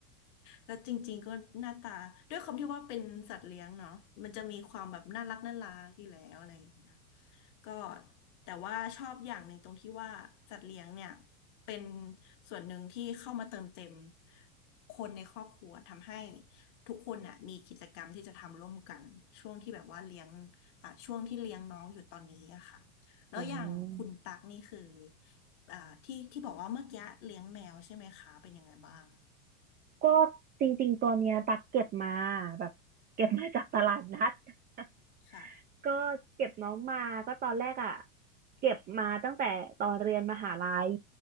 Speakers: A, on the left; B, on the right.
A: แล้วจริงๆก็หน้าตาด้วยความที่ว่าเป็นสัตว์เลี้ยงเนาะมันจะมีความแบบน่ารักน่ารักอยู่แล้วอะไรอย่างเงี้ยก็แต่ว่าชอบอย่างหนึ่งตรงที่ว่าสัตว์เลี้ยงเนี่ยเป็นส่วนหนึ่งที่เข้ามาเติมเต็มคนในครอบครัวทำให้ทุกคนน่ะมีกิจกรรมที่จะทำร่วมกันช่วงที่แบบว่าเลี้ยงอ่าช่วงที่เลี้ยงน้องอยู่ตอนนี้อะค่ะแล้วอย่างคุณตักนี่คือ
B: อ๋อ
A: อ่าที่ที่บอกว่าเมื่อกี้เลี้ยงแมวใช่ไหมคะเป็นยังไงบ้าง
B: ก็จริงๆตัวเนี้ยตักเก็บมาแบบเก็บมาจากตลาดนัด <laughs>
A: ค่ะ
B: ก็เก็บน้องมาก็ตอนแรกอ่ะเก็บมาตั้งแต่ตอนเรียนมหาลัย